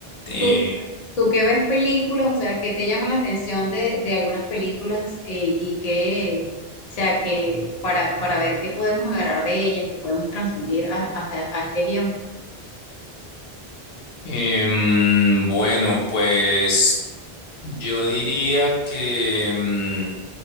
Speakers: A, on the left; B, on the left.
A: Eh,
B: tú, tú que ves películas, o sea, qué te llama la atención de, de algunas películas eh, y que, o sea, que para, para ver qué podemos agarrar de ellas, qué podemos transmitir a- hasta a este guión.
A: em, bueno, pues yo diría que... mm,